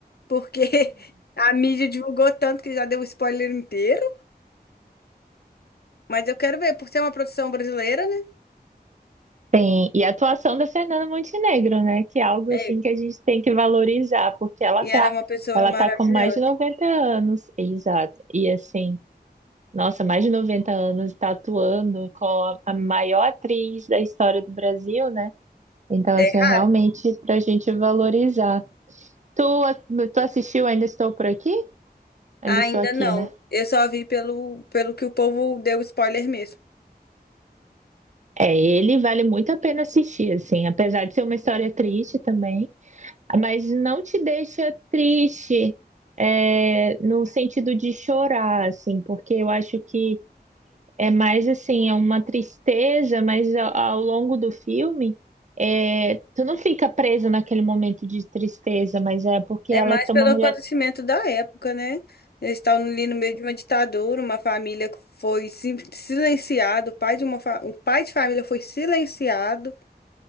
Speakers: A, on the left; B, on the right.
A: porque <laughs> a mídia divulgou tanto que já deu o spoiler inteiro, mas eu quero ver, por ser uma produção brasileira, né?
B: Tem, e a atuação da Fernanda Montenegro, né? Que é algo
A: É,
B: assim que a gente tem que valorizar, porque ela
A: e
B: tá,
A: ela é uma pessoa
B: ela
A: maravilhosa.
B: tá com mais de 90 anos, exato. E assim, nossa, mais de 90 anos tá atuando com a, a maior atriz da história do Brasil, né? Então,
A: É
B: assim, é
A: raro
B: realmente pra gente valorizar. Tu, tu assistiu Ainda Estou Por Aqui? Ainda
A: Ainda
B: Estou Aqui,
A: não.
B: né?
A: Eu só vi pelo, pelo que o povo deu spoiler mesmo.
B: É, ele vale muito a pena assistir, assim, apesar de ser uma história triste também, mas não te deixa triste, é, no sentido de chorar, assim, porque eu acho que é mais assim, é uma tristeza, mas ao, ao longo do filme, é, tu não fica presa naquele momento de tristeza, mas é porque
A: É
B: ela
A: mais
B: é tão-
A: pelo
B: uma mulher
A: acontecimento da época, né? Eles estavam ali no meio de uma ditadura, uma família que foi sim- silenciada, o pai de uma fa... o pai de família foi silenciado.